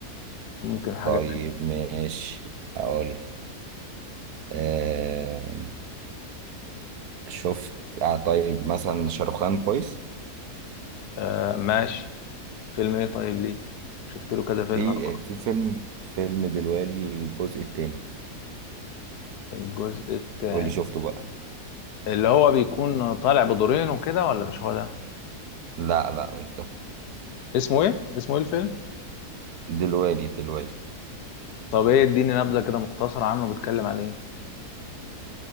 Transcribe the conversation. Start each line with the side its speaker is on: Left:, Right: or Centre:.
Left: ممكن حاجة
Right: طيب
Left: تانية
Right: ماشي اقول أه شفت آه طيب مثلا شاروخان كويس
Left: آه ماشي فيلم ايه طيب ليه شفت له كذا فيلم
Right: في
Left: انا برضه.
Right: في فيلم فيلم دلوالي الجزء التاني
Left: الجزء التاني
Right: واللي شفته بقى
Left: اللي هو بيكون طالع بدورين وكده ولا مش هو ده
Right: لا لا مش ده
Left: اسمه ايه اسمه ايه الفيلم
Right: دلوالي دلوالي
Left: طب ايه اديني نبذة كده مختصرة عنه بيتكلم عن ايه